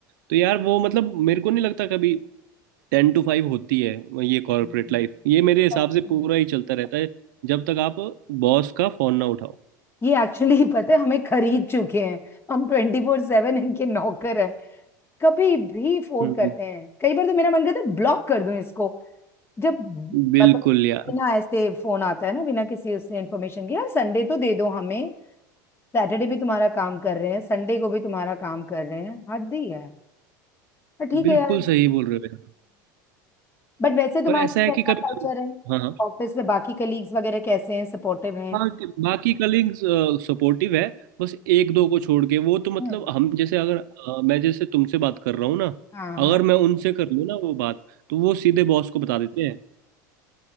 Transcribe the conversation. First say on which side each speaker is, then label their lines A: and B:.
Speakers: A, on the right (about 75°); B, on the left (about 25°).
A: तो यार वो मतलब मेरे को नहीं लगता कभी टेन टू फाइव होती है ये कॉर्पोरेट
B: हम्म,
A: लाइफ ये मेरे हिसाब
B: सच
A: से
B: में।
A: पूरा ही चलता रहता है जब तक आप बॉस का फोन ना उठाओ
B: ये एक्चुअली <laughs> पता है हमें खरीद चुके हैं हम ट्वेंटी फोर सेवन इनके नौकर हैं कभी भी फोन
A: हम्म
B: करते हैं कई बार तो मेरा मन करता है ब्लॉक कर दूं इसको जब
A: बिल्कुल
B: मतलब
A: यार
B: बिना ऐसे फोन आता है ना बिना किसी उसने इन्फॉर्मेशन के यार संडे तो दे दो हमें सैटरडे भी तुम्हारा काम कर रहे हैं संडे को भी तुम्हारा काम कर रहे हैं हद ही है पर ठीक
A: बिल्कुल
B: है यार
A: सही बोल रहे हो यार
B: बट वैसे तुम्हारी
A: पर ऐसा है
B: कैसा
A: कि कभी
B: कल्चर है
A: हाँ हाँ
B: ऑफिस में बाकी कलीग्स वगैरह कैसे हैं सपोर्टिव हैं
A: हाँ कि बाकी कलीग्स सपोर्टिव है बस एक दो को छोड़ के वो तो मतलब
B: हम्म
A: हम जैसे अगर अ, मैं जैसे तुमसे बात कर रहा हूँ ना
B: हाँ हाँ
A: अगर मैं उनसे कर लूँ ना वो बात तो वो सीधे बॉस को बता देते हैं